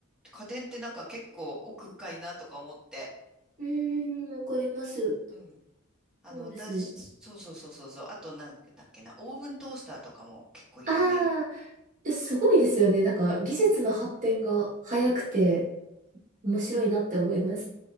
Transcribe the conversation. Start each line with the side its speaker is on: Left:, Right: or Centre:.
Centre: 家電ってなんか結構奥深いなとか思って。
Right: うーん、わかります。
Centre: うん。あの、
Right: そうですね。
Centre: 私、そうそうそうそうそう。あと、なんだっけな、オーブントースターとかも結構いろんな
Right: ああ、えすごいですよね。なんか技術の発展が早くて面白いなって思います。